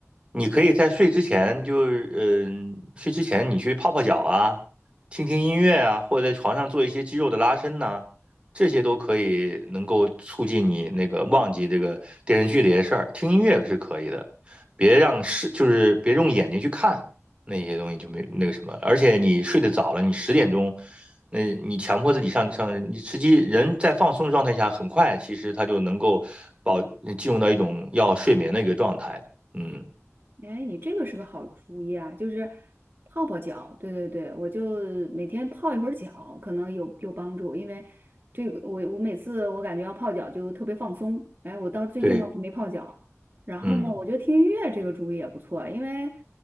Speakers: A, on the right; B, on the right.
A: 你可以在睡之前就，嗯，睡之前你去泡泡脚啊，听听音乐啊，或者在床上做一些肌肉的拉伸呐、这些都可以能够促进你那个忘记这个电视剧这些事儿。听音乐是可以的，别让是就是别用眼睛去看那些东西就没那个什么。而且你睡得早了，你十点钟。那你强迫自己上上，你实际人在放松状态下，很快其实他就能够保呃进入到一种要睡眠的一个状态的嗯
B: 哎，你这个是个好主意啊，就是泡泡脚，对对对，我就每天泡一会儿脚，可能有有帮助，因为这个我我每次我感觉要泡脚就特别放松，哎，我到最近倒是没泡脚，
A: 对
B: 然后呢，
A: 嗯
B: 我觉得听音乐这个主意也不错，因为